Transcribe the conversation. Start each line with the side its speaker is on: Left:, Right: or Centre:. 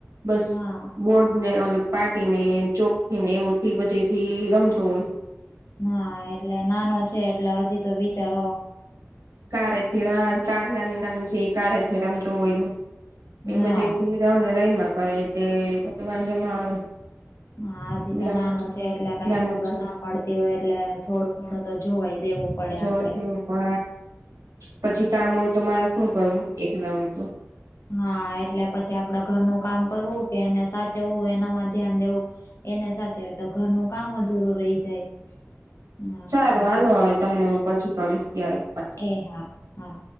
Right: બસ
Left: હા
Right: બોર્ડ ને અલગ પાટી ને ચોકથી ને એઓથી બધે થી રમતો હોય.
Left: હા, એટલે નાનો છે એટલે હજી તો બિચારો
Right: કારે થી નાની-નાની જે કારે થી રમતો હોય ને, એ
Left: હા
Right: બધાથી <unintelligible> રઇમાં કરે એટલે કોઈ વાંધો ન આવે.
Left: હા,
Right: એટલા
Left: હજી તો નાનો
Right: માટે
Left: છે એટલે કઈ
Right: નાનો
Left: ખબર
Right: છે
Left: ના પડતી હોય, એટલે થોડું ઘણું તો જોવાય દેવું પડે.
Right: જોવા
Left: આપડે
Right: દેવું પડે. પછી કામ હોય તો મારે શું કરવું? એકલા હોય તો
Left: હા, એટલે પછી આપડે ઘરનું કામ કરવું કે એને સાચવવું એનામાં ધ્યાન દેવુ, એને સાચવે તો ઘરનું કામ અધૂરું રહી
Right: <inaudible>
Left: જાય
Right: સારું હાલો હવે
Left: હા
Right: તમને હું પછી કરીશ કયારે
Left: એ.. હા, હા